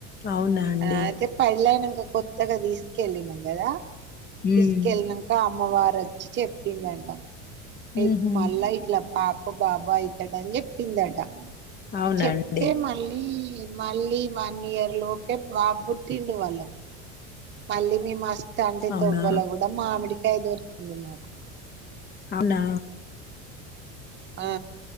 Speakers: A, on the left; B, on the right.
A: అవునా అండి
B: ఆ అదే పడిలన ఇ కొత్తగా తీసుకెళ్ళిన కదా తీసుకెళ్ళినక
A: ఉమ్
B: అమ్మవారు వచ్చి చెప్ చెపిందంట ఎకు
A: ఉహు
B: మల ఇట్లా పా బాబఇతడని చెప్పిందట
A: అవునా
B: చెప్తే
A: అండి
B: మళ్ళీ ఈ మళ్ళీ వన్ ఇయర్ లోపే బాబుట్టిండు వాళ్ళకు మల్లి మీ మస్త తండ్రి
A: అవునా
B: తోవ్వల కూడా మామిడి <unintelligible> దోరికింది మాకు
A: అవునా
B: ఆ